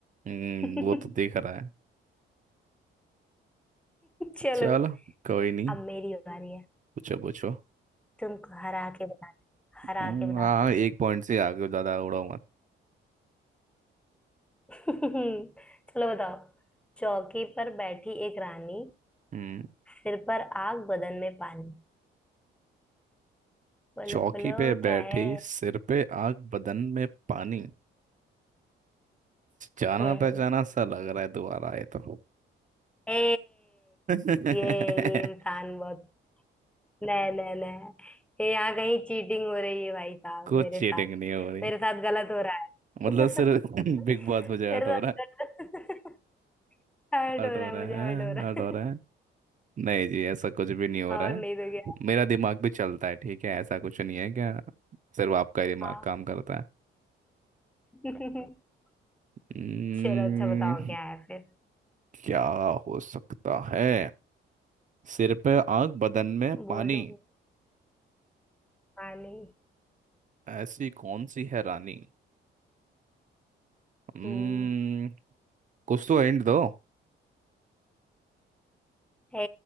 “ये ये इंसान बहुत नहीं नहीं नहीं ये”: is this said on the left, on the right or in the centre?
Centre